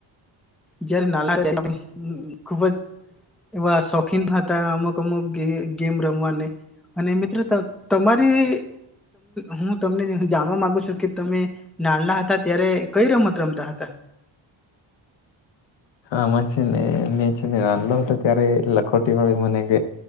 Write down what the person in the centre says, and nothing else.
જયારે નાલા ત ખુબ જ એવા શોખીન હતા અમુક અમુક ગેમ રમવાને અને મિત્રો તમારી હું તમને જાણવા માંગુ છું કે તમે નાનલા હતા ત્યારે કઈ રમત રમતા હતા.